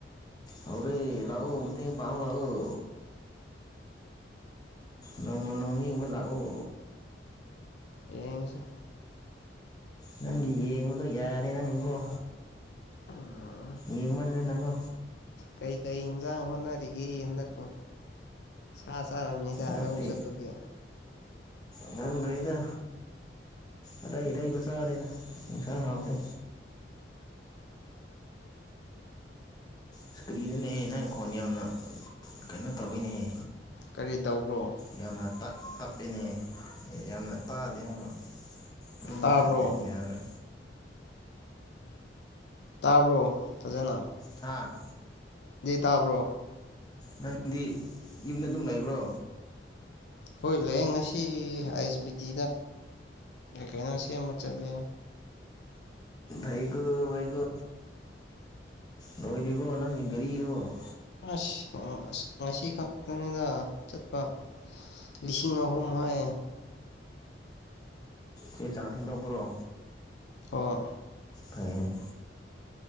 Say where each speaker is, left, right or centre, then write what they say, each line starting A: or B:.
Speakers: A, on the left (about 20°); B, on the left (about 65°).
A: ꯍꯧꯔꯦ ꯂꯥꯛꯑꯣ ꯃꯇꯦꯡ ꯄꯥꯡ ꯂꯥꯛꯑꯣ ꯅꯣꯡꯃ ꯅꯣꯡꯅꯤ ꯑꯃ ꯂꯥꯛꯎ
B: ꯌꯦꯡꯁꯨ
A: ꯅꯪꯒꯤ ꯌꯦꯡꯕꯗꯣ ꯌꯥꯔꯦ ꯅꯪ ꯏꯕꯨꯣ
B: ꯑꯣ
A: ꯌꯦꯡꯃꯗꯅꯀꯣ
B: ꯀꯩ ꯀꯩ ꯏꯟꯖꯥꯡ ꯍꯣꯠꯅꯔꯤꯒꯦ ꯍꯟꯗꯛꯄꯣ ꯁꯥ ꯆꯥꯔꯝꯅꯤꯗ
A: ꯅꯠꯇ
B: ꯂꯧ ꯆꯠꯄꯒꯤ
A: ꯉꯪꯗꯗ ꯑꯔꯩꯔꯩꯕ ꯁꯥꯔꯦꯗ ꯑꯁꯥ ꯍꯥꯞꯇ
B: ꯎꯝ
A: ꯏꯁꯀ꯭ꯔꯤꯟ ꯑꯅꯦꯍꯦ ꯅꯪꯪꯈꯣꯟ ꯌꯥꯝꯅ ꯀꯩꯅꯣ ꯇꯧꯤꯅꯦꯍ
B: ꯀꯔꯤ ꯇꯧꯕ꯭ꯔꯣ
A: ꯌꯥꯝꯅ ꯇ ꯇꯞꯄꯤꯅꯦꯍ ꯌꯥꯝꯅ ꯇꯥꯗꯦ ꯍꯥꯏꯕ ꯔꯨꯝꯨꯝꯂ
B: ꯇꯥꯕ꯭ꯔꯣ
A: ꯈꯇꯔꯤꯌꯔ
B: ꯇꯥꯔꯕ꯭ꯔꯣ ꯇꯖꯦꯅ
A: ꯍꯥꯥ
B: ꯇꯥꯕ꯭ꯔꯣ
A: ꯅꯪꯗꯤ ꯌꯨꯝꯗ ꯑꯗꯨꯝ ꯂꯩꯕ꯭ꯔꯣ
B: ꯍꯣꯏ ꯂꯩꯌꯦ ꯉꯁꯤ ꯑꯥꯏ ꯑꯦꯁ ꯕꯤ ꯇꯤꯗ ꯀꯩꯅꯩꯅ ꯁꯤ ꯃ ꯆꯜꯂꯦ
A: ꯩꯒꯣꯩꯒꯣ ꯂꯣꯏ꯭ꯔꯤꯕꯣ ꯅꯪꯒꯤ ꯒꯥꯔꯤꯗꯣ
B: ꯑꯁ ꯑꯁ ꯉꯁꯤ ꯈꯛꯇꯪꯅꯤꯗ ꯆꯠꯄ ꯂꯤꯁꯤꯡ ꯑꯍꯨꯝ ꯍꯥꯏ
A: ꯆ ꯆꯥꯁꯤꯡꯗ ꯄꯔꯣ
B: ꯑ
A: ꯐꯥꯏ